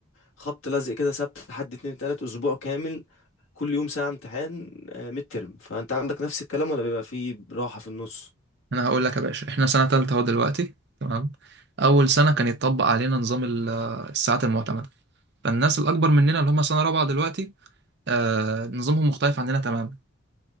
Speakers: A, on the left (about 70°); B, on the right (about 55°).
A: خبط لزق كده سبت لحد اتنين تلات اسبوع كامل كل يوم ساعه امتحان آه، ميد ترم فانت عندك نفس الكلام ولا بيبقى فيه راحه في النص
B: انا هقول لك يا باشا احنا سنه تالته اهو دلوقتي تمام اول سنه كان يتطبق علينا نظام ال- الساعات المعتمده فالناس الاكبر مننا اللي هم سنه رابعه دلوقتي آه نظامهم مختلف عننا تماما